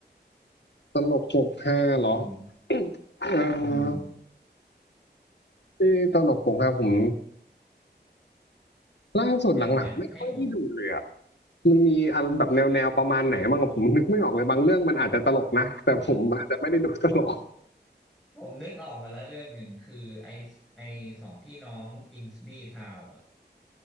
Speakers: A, on the left; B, in the centre.
A: ตลกปกฮาเหรอ
B: อืม
A: <coughs> เอ่อ
B: อืม
A: ที่ตลกปกฮาผมล่าสุดหลังๆไม่ค่อยได้ดูเลยอะ
B: อย่างอย่างให้ผม
A: มันมีอันแบบแนวแนวประมาณไหนบ้างอะผมนึกไม่ออกเลยบางเรื่องมันอาจจะตลกนะแต่ผมอาจจะไม่ได้ดูตลก
B: ผมผมนึกออกมาแล้วเรื่องหนึ่งคือไอไอสองพี่น้องกิมสบีทาวอ่ะ